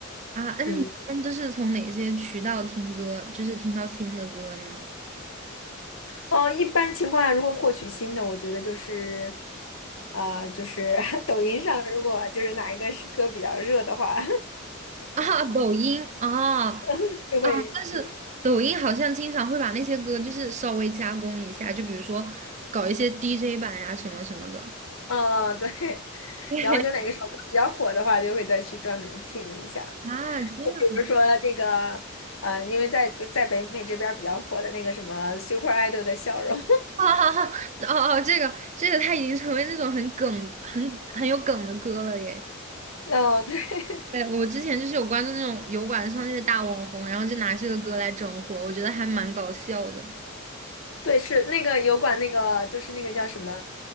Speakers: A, on the right (about 35°); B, on the left (about 80°).
A: 啊，那你一般就是从哪些渠道听歌，
B: 嗯，
A: 就是听到新的歌呢？
B: 哦，一般情况下，如果获取新的，我觉得就是，啊，就是 <laughs> 抖音上，如果就是哪一个是歌比较热的话，
A: 啊，抖音啊
B: <laughs> 就会第，
A: 啊，但是抖音好像经常会把那些歌就是稍微加工一下，就比如说搞一些 DJ 版呀、什么什么的
B: 嗯嗯对，
A: 对，
B: 然后就哪个首歌比较火的话，就会再去专门听一下。
A: 啊，这样。
B: 就比如说那个，呃，因为在在北美这边儿比较火的那个什么 Super Idol 的笑容，
A: 啊啊啊！哦哦，这个这个，它已经成为那种很梗、很很有梗的歌了耶。
B: 哦，对 <laughs>
A: 对，我之前就是有关注那种油管上那些大网红，然后就拿这个歌来整活，我觉得还蛮搞笑的。
B: 对，是那个油管那个，就是那个叫什么